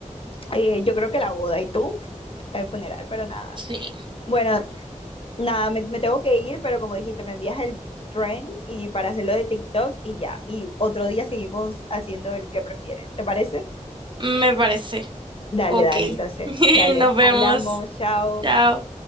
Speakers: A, on the left (about 45°); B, on the right (about 40°).
A: Eh, yo creo que la boda y tú, el funeral, pero nada.
B: <laughs> Sí.
A: Bueno, Nada, me, me tengo que ir, pero como dijiste, me envías el trend y para hacerlo de TikTok y ya. Y otro día seguimos haciendo el que prefieres. ¿Te parece?
B: Me parece.
A: Dale,
B: Ok.
A: dale, entonces.
B: <laughs>
A: Dale.
B: Nos vemos.
A: Hablamos, chao.
B: Chao.